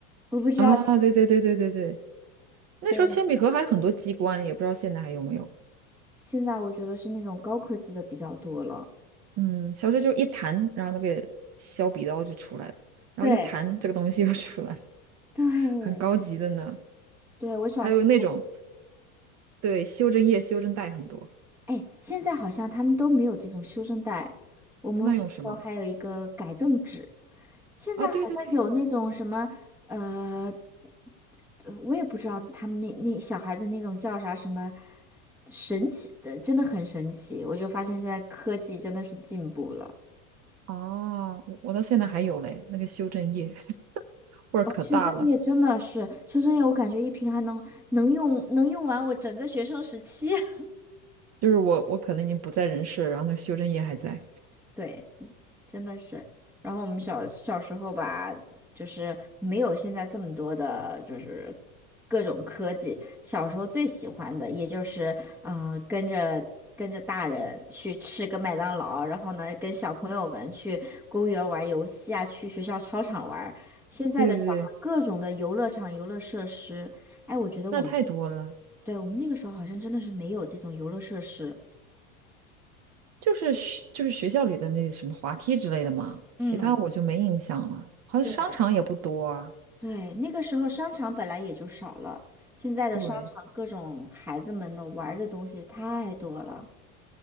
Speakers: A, in the centre; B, on the right.
A: 我不知道，
B: 啊！对对对对对对，那时候铅笔盒还有很多机关，
A: 对，
B: 也不知道现在还有没有。
A: 现在我觉得是那种高科技的比较多了。
B: 嗯，小时候就一弹，然后那个削笔刀就出来了，然后一弹这个东西又出来。
A: 对对
B: 很高级的呢。
A: 对，我小时候。
B: 还有那种对修正液、修正带很多，
A: 哎，现在好像他们都没有这种修正带，我们是说还有一个改正纸，
B: 那用什么？
A: 现在好像有那种什么，
B: 啊，对对对，
A: 呃呃我也不知道他们那那小孩的那种叫啥什么神奇的，真的很神奇。我就发现现在科技真的是进步了，
B: 哦，我我到现在还有嘞，那个修正液味儿可大了，
A: 哦，修正液真的是修正液，我感觉一瓶还能能用能用完我整个学生时期。<laughs>
B: 就是我我可能已经不在人世了然后那个修正液还在。
A: 对，真的是。然后我们小小时候吧，就是没有现在这么多的，就是各种科技。小时候最喜欢的，也就是呃，跟着跟着大人去吃个麦当劳，然后呢，跟小朋友们去公园玩游戏啊，去学校操场玩。现在的小孩各种的游乐场、
B: 对对对，
A: 游乐设施，哎，我觉得我们，
B: 那太多了，
A: 对，我们那个时候好像真的是没有这种游乐设施。
B: 就是学就是学校里的那什么滑梯之类的嘛，其他我就没印象了，
A: 嗯。
B: 好像商场也不多啊。
A: 对。对，那个时候商场本来也就少了，现在的商场各种孩子们的玩儿的东西太多了。
B: 对，